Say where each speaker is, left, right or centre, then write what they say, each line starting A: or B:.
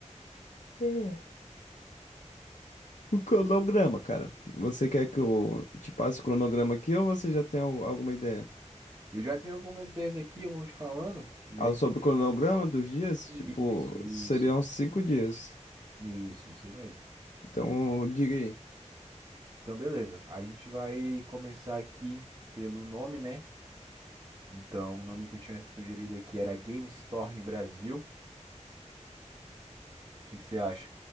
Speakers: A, on the left; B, on the right.
A: co- O cronograma, cara. Você quer que eu te passe o cronograma aqui ou você já tem al- alguma ideia?
B: Eu já tenho algumas ideias aqui, eu vou te falando. E
A: Ah,
B: aí
A: sobre
B: você me.
A: o cronograma dos dias,
B: Isso,
A: tipo,
B: isso.
A: seriam cinco dias.
B: Isso, isso aí mesmo.
A: Então, diga aí.
B: Então, beleza. A gente vai começar aqui pelo nome, né? Então, o nome que eu tinha sugerido aqui era Game Store no Brasil. O que que você acha?